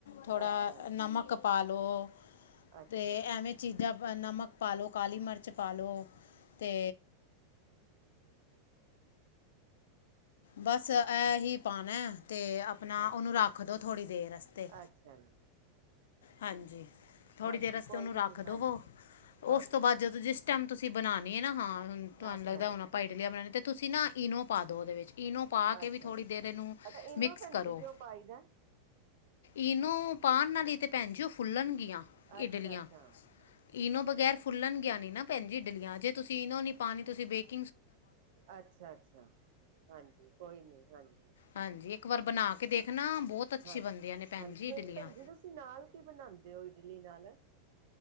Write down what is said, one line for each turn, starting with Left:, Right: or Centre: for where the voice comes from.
Left: ਥੋੜਾ
Right: ਅੱਛਾ ਜੀ
Left: ਨਮਕ ਪਾਂ ਲੋਂ।
Right: ਅੱਛਾ
Left: ਤੇ ਐਵੇਂ ਚੀਜ਼ਾਂ ਨਮਕ ਪਾ ਲਉ, ਕਾਲੀ ਮਿਰਚ ਪਾ ਲਉ ਤੇ
Right: ਅ ਸ ਕਰ <unintelligible>
Left: ਬਸ ਇਹਹੀ ਪਾਉਣਾ ਤੇ ਆਪਣਾ, ਉਹਨੂੰ
Right: ਜੀ
Left: ਰੱਖ ਦਿਓ ਥੋੜ੍ਹੀ ਦੇਰ ਵਾਸਤੇ।
Right: ਅੱਛਾ ਜੀ
Left: ਹਾਂਜੀ, ਥੋੜ੍ਹੀ
Right: ਹਾਂਜੀ
Left: ਦੇਰ ਵਾਸਤੇ
Right: ਕੋਈ
Left: ਉਹਨੂੰ
Right: ਨੀ
Left: ਰੱਖ
Right: ਹਾਂਜੀ
Left: ਦਵੋ।
Right: ਹਾਂਜੀ
Left: ਉਸ ਤੋਂ ਬਾਅਦ ਜਦ ਜਿਸ ਟਾਈਮ ਤੁਸੀਂ ਬਣਾਉਣੀ ਹੈ ਨਾ ਹਾਂ, ਤੁਹਾਨੂੰ
Right: ਅੱਛਾ
Left: ਲੱਗਦਾ
Right: ਜੀ
Left: ਹੁਣ ਪਾਈ ਡਲੀਆ ਬਣਾਉਣੀ ਅਤੇ ਤੁਸੀਂ ਨਾ ਇਨੋ ਪਾ ਦਿਉ ਉਹਦੇ ਵਿੱਚ। ਇਨੋ ਪਾ ਕੇ
Right: ਅੱਛਾ
Left: ਵੀ ਥੋੜ੍ਹੀ ਦੇਰ ਇਹਨੂੰ
Right: ਅੱਛਾ ਇਨੋ
Left: ਮਿਕਸ
Right: ਭੈਣਜੀ
Left: ਕਰੋ।
Right: ਕਿਉਂ ਪਾਈ ਦਾ
Left: ਇਨੂੰ ਪਾਉਣ ਨਾਲ ਹੀਤੇ ਭੈਣ ਜਿ ਓਉਹ ਫੁੱਲਣਗੀਆਂ।
Right: ਅੱਛਾ-ਅੱਛਾ।
Left: ਇਡਲੀਆਂ ਇਨੋ ਬਗੈਰ ਫੁੱਲਣ ਗਿਆ ਨੀ ਨਾ ਭੈਣਜੀ ਇਡਲੀਆਂ ਜੇ ਤੁਸੀਂ ਇਨੋ ਨੀ ਪਾਣੀ ਤੁਸੀਂ ਬੇਟ
Right: ਅੱਛਾ-ਅੱਛਾ, ਹਾਂਜੀ ਕੋਈ ਨੀ ਹਾਂਜੀ।
Left: ਹਾਂਜੀ, ਇੱਕ ਵਾਰ ਬਣਾ ਕੇ ਦੇਖਣਾ ਬਹੁਤ ਅੱਛੀ
Right: ਹਾਂਜੀ
Left: ਬੰਦਿਆਂ ਨੇ ਭੈਣ
Right: ਹਾਂਜੀ
Left: ਜੀ
Right: ਫਿਰ
Left: ਇਡਲੀਆਂ।
Right: ਭੈਣ ਜੀ ਤੁਸੀਂ ਨਾਲ ਕੀ ਬਣਾਉਂਦੇ ਹੋ ਇਡਲੀ ਨਾਲ?